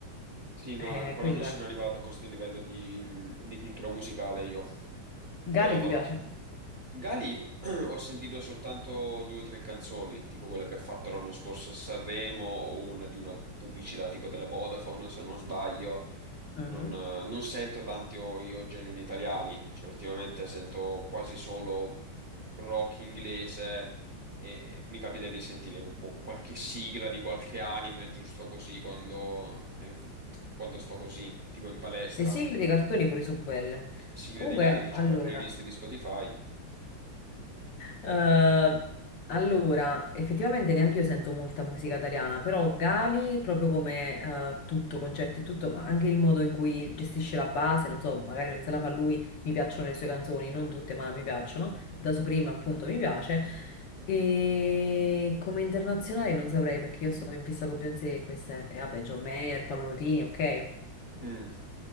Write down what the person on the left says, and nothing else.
Eh,
quello
è.
Galli
ti piace?
Mhm.
Le sigle dei cartoni pure sono belle.
Comunque,
allora,
Eh, allora, effettivamente neanche io sento molta musica italiana, però Gali, proprio come eh, tutto, concetto e tutto, ma anche il modo in cui gestisce la base, non so, magari non se la fa lui, mi piacciono le sue canzoni, non tutte, ma mi piacciono. Da Supreme, appunto, mi piace. E come internazionale non saprei perché io sono in fissa con Beyoncé e queste, e vabbè, John Mayer, Paolo Nutini, ok,